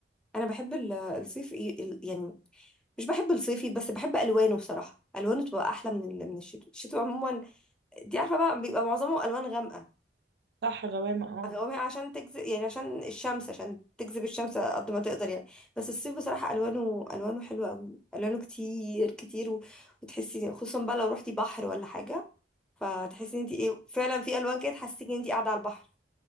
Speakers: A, in the centre; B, on the right.
A: انا بحب ال- الصيف إيه- ال- يعني مش بحب الصيفي بس بحب الوانه بصراحة الوانه تبقى احلى من ال- من الشتوي الشتوي عموما دي عارفة بقى بيبقى معظمه الوان غامقة
B: صح غوامة اه
A: غوامق عشان تجذب يعني عشان الشمس عشان تجذب الشمس قد ما تقدر يعني بس الصيف بصراحة ألوانه ألوانه حلوة قوي ألوانه كتير كتير و... وتحسي خصوصا بقى لو رحتي بحر ولا حاجة فتحسي ان انت ايه فعلا في ألوان كده تحسسك ان انت قاعدة على البحر